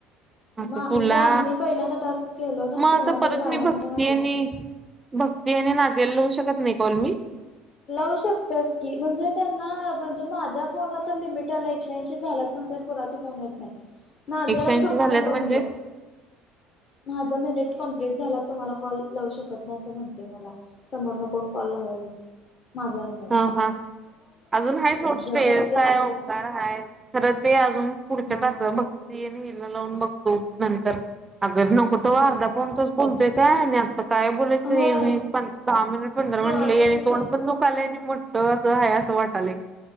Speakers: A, on the right (about 25°); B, on the left (about 45°).
A: आता
B: बा
A: तुला
B: म्हणजे आम्ही पहिल्यांदा टास्क केलो ना
A: मग आता
B: तेव्हा
A: परत
B: तरी बारा
A: मी
B: मिनीटांनी
A: भक्ती
B: ऍटोमॅटिक.
A: आणि भक्ती आणि नाजी याला लावू शकत नाही कॉल मी.
B: लावू शकतेस की म्हणजे त्यांना म्हणजे माझ्या फोनला तर लिमिट आलं एकश्याऐंशी झाल्यात. म्हणत्यात कोुणाचा फोन येत नाही नाजला
A: एकशे
B: आणि
A: ऐंशी
B: भक्ती
A: झाल्यात
B: ला करून
A: म्हणजे
B: बघ. माझं मेनेट कंप्लीट झाला तु म्हाला कॉल लावू शकत नाही असं म्हणतय मला असं. समोर नकोन कॉल लावाल की. माझ्या नंतर.
A: हा हा, अजून हाय सोड श्रेयश
B: जर भक्ती अंजली
A: आहे ओंकार आहे खरं ते अजून पुढच्या
B: हा
A: तासला बघ. ती हिला लावून बघतो नंतर अग नको तवा
B: हा
A: अर्धा पोण तास बोलतय काय आणि आ''--'' काय बोयचं
B: होय
A: हे वीस दहा मिनिट पंधरा
B: कळतच
A: मिनिट लई आणि
B: नाही.
A: तोड पण दू ''--'' खले आणि मोठ असं आहे असं वाटले.